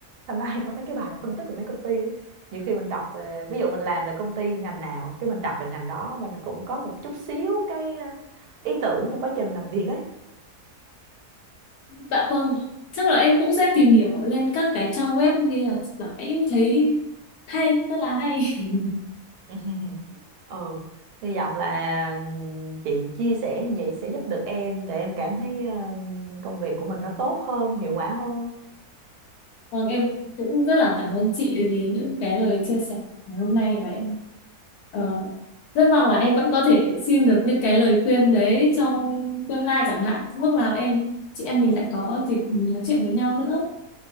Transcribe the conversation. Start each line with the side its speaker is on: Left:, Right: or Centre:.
Right: hôm nay có mấy cái bài phân tích về mấy công ty á nhiều khi mình đọc về ví dụ mình làm về công ty ngành nào cái mình đọc về ngành đó mình cũng có một chút xíu cái ờ, ý tưởng trong quá trình mình làm việc ấy
Left: Dạ vâng, chắc là em cũng sẽ tìm
Right: Ừ.
Left: hiểu lên các cái trang web như là là em thấy hay, rất là hay. <laughs>
Right: <laughs> ừ hy vọng là chị chia sẻ như vậy sẽ giúp được em để em cảm thấy ờ, công việc của mình nó tốt hơn hiệu quả hơn
Left: Vâng, em cũng rất là cảm ơn chị vì những cái lời chia sẻ ngày hôm nay và em ờ, rất mong là em vẫn có thể xin được những cái lời khuyên đấy trong tương lai chẳng hạn. Lúc nào em chị em mình lại có dịp nói chuyện với nhau nữa.